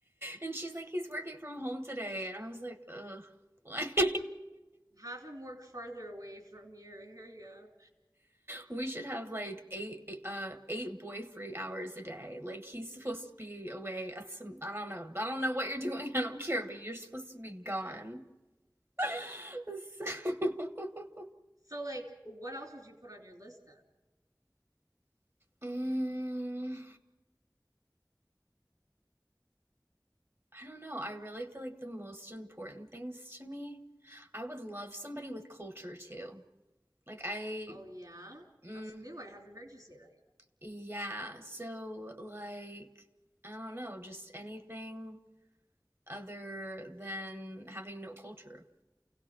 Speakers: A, on the right; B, on the right.
A: And she's like, he's working from home today. And I was like, ugh, <laughs> like
B: Have him work farther away from your area.
A: We should have like eight uh eight boy free hours a day. Like he's supposed to be away at some I don't know. I don't know what you're doing. <laughs> I don't care, but you're supposed to be gone. <laughs> So, <laughs>
B: So like what else would you put on your list then?
A: mm, I don't know. I really feel like the most important things to me. I would love somebody with culture too. Like I
B: Oh yeah?
A: mm,
B: That's new. I haven't heard you say that yet.
A: yeah. So like I don't know, just anything other than having no culture.